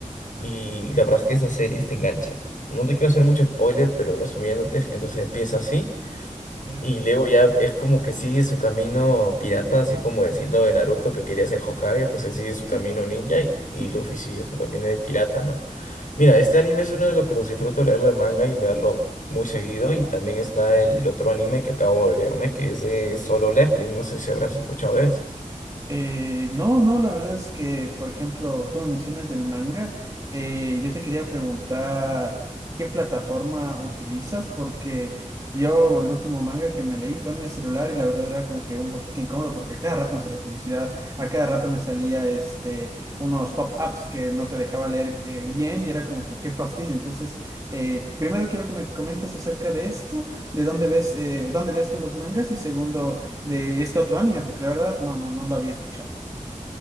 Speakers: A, on the left (about 75°); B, on the right (about 25°).
A: y la verdad es que esas series te enganchan. No te quiero hacer mucho spoiler, pero resumiéndote, entonces empieza así.
B: ¿Ya?
A: Y luego ya es como que sigue su camino pirata, así como decirlo de Naruto que quería ser Hokage, pues él sigue su
B: Sí,
A: camino ninja y,
B: sí,
A: y
B: sí.
A: Luffy sigue su camino de pirata, ¿no? Mira, este anime es uno de los que los disfruto leerlo de manga y verlo muy seguido. Y también está el otro anime que acabo de verme, que es de Solo Leveling, no sé si habrás escuchado de él.
B: Eh, no, no, la verdad es que, por ejemplo, tú me mencionas del manga. eh, yo te quería preguntar qué plataforma utilizas, porque yo el último manga que me leí fue en el celular y la verdad era como que un poquito incómodo porque a cada rato me salía publicidad, a cada rato me salía este, unos pop-ups que no te dejaba leer eh, bien y era como que qué fastidio. Entonces, eh, primero quiero que me comentes acerca de esto, de dónde ves, eh, dónde lees tú los mangas y segundo de este otro anime, porque la verdad no, no, no lo había escuchado.